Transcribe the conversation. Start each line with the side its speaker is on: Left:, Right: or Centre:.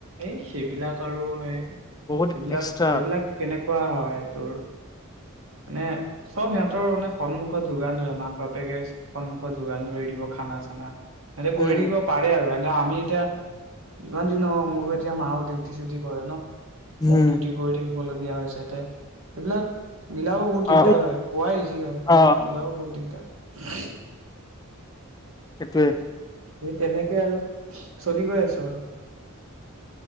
Right: এই সেইবিলাক আৰু হয় সেইবিলাক
Left: বহুত এক্সট্ৰা
Right: সেইবিলাক কেনেকুৱা হয় তোৰ নে চব সিহঁতৰ মানে সন্মুখত যোগান ধৰে মাক বাপেকে সন্মুখত যোগান ধৰি দিব খানা চানা। আৰে কৰি
Left: উম
Right: থাকিব পাৰে আৰু। আমি এতিয়া যিমান যি নহওঁক মোৰো এতিয়া মাও ডিউটি চিউটি কৰে ন। মও
Left: উম
Right: ডিউটি কৰি থাকিব লগীয়া হৈছে। ইয়াতে সেইবিলাক মিলাব বহুত দিগদাৰ
Left: অ
Right: হয় কোৱাই ইজি হয়
Left: অ
Right: বাট মিলাব বহুত দিগদাৰ। <unintelligible>
Left: সেইটোৱে
Right: সেই তেনেকে আৰু। চলি গৈ আছো আৰু।